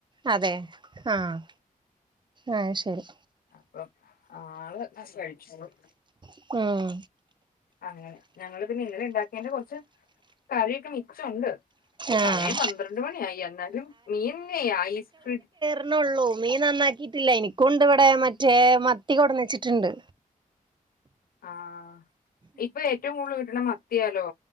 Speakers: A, on the right (about 30°); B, on the left (about 80°).
A: അതെ ആഹ് ആഹ് ശരി.
B: അപ്പൊ ആള് ആഹ് ഫ്രണ്ട്സിനും.
A: ഉം
B: അങ്ങനെ ഞങ്ങള് പിന്നെ ഇന്നലെ ഇണ്ടാക്കിയേന്റെ കൊറച്ച് കറിയൊക്കെ മിച്ചം ഉണ്ട്.
A: ആഹ്
B: സമയം പന്ത്രണ്ട് മണിയായി എന്നാലും മീന് ഐസ് ഫ്രിഡ്
A: എന്നുള്ളൂ മീൻ നന്നാക്കിയിട്ടില്ല അയിന് കൊണ്ടു ഇവിടെ മറ്റേ മത്തി കൊണ്ടുവന്നു വച്ചിട്ടുണ്ട്.
B: ആഹ് ഇപ്പൊ ഏറ്റവും കൂടുതൽ കിട്ടണ മത്തിയാലോ?